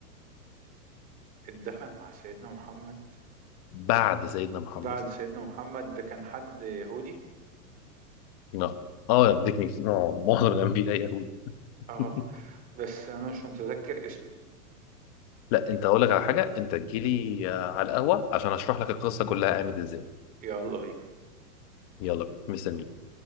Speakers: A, on the right (about 15°); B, on the left (about 25°).
A: اتدفن مع سيدنا محمد
B: بعد سيدنا محمد
A: بعد سيدنا محمد ده كان حد يهودي
B: لا اه اديكني كتير آه، معظم الانبياء يهود
A: اه
B: <laughs>
A: بس أنا مش متذكر اسمه
B: لا انت اقول لك على حاجه انت تجيلي آه، على القهوه عشان اشرح لك القصه كلها قامت ازاي
A: يلا بينا
B: يلا بينا مستنيك